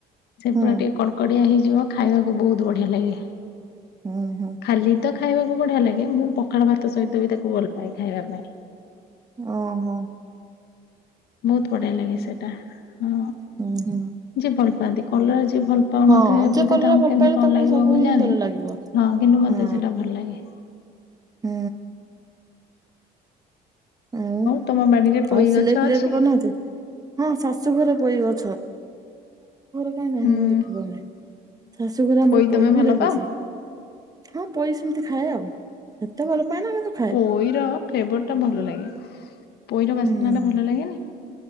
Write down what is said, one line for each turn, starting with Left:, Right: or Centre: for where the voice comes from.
Left: ସେ
Right: ହୁଁ
Left: ପୁରା ଟିକେ କଡ଼କଡିଆ ହେଇଯିବ ଖାଇବାକୁ ବହୁତ ବଢିଆ ଲାଗେ।
Right: ହୁଁ ହୁଁ।
Left: ଖାଲି ତ ଖାଇବାକୁ ବଢିଆ ଲାଗେ, ମୁଁ ପଖାଳ ଭାତ ସହିତ ବି ତାକୁ ଭଲପାଏ ଖାଇବା ପାଇଁ।
Right: ଓହୋଃ।
Left: ବହୁତ ବଢିଆ ଲାଗେ ସେଟା। ହଁ।
Right: ହୁଁ ହୁଁ
Left: ଯିଏ ଭଲ ପାଆନ୍ତି। କଲରା ଯିଏ ଭଲ ପାଉନଥିବେ
Right: ହଁ ଯେ
Left: ବୋଧେ
Right: କଲରା
Left: ତାଙ୍କୁ
Right: ଭଲ
Left: କେମିତି
Right: ପାଇଲେ
Left: କଣ
Right: ତାକୁ
Left: ଲାଗିବ
Right: ସବୁ
Left: ମୁଁ
Right: ହିଁ
Left: ଜାଣିନି।
Right: ଭଲ ଲାଗିବ।
Left: ହଁ କିନ୍ତୁ ମତେ
Right: ହଁ
Left: ସେଇଟା ଭଲ ଲାଗେ।
Right: ହୁଁ। ଆଉ,
Left: ତମ ବାଡିରେ ପୋଇ
Right: ଆଉ ସିଲେଇ-ଫିଲେଇ
Left: ଗଛ ଅଛି?
Right: ଏବେ କରୁ ନାହାନ୍ତି? <inaudible> କାଇଁ ନାହିଁ ମୁଁ ଦେଖି
Left: ହୁଁ
Right: ପାରୁନି। ଶାଶୁଘରେ ଆମର
Left: ତମେ
Right: ପୋଇ ବି
Left: ଭଲ
Right: ଲାଗିଛି।
Left: ପାଅ?
Right: ହଁ ପୋଇ ସେମିତି ଖାଏ ଆଉ। ସେତେ ଭଲ ପାଏନା କିନ୍ତୁ ଖାଏ
Left: ପୋଇର ଫ୍ଲେଭର ଟା ଭଲ ଲାଗେ। ପୋଇର ବାସ୍ନା
Right: ହୁଁ
Left: ଟା ଭଲ ଲାଗେନି?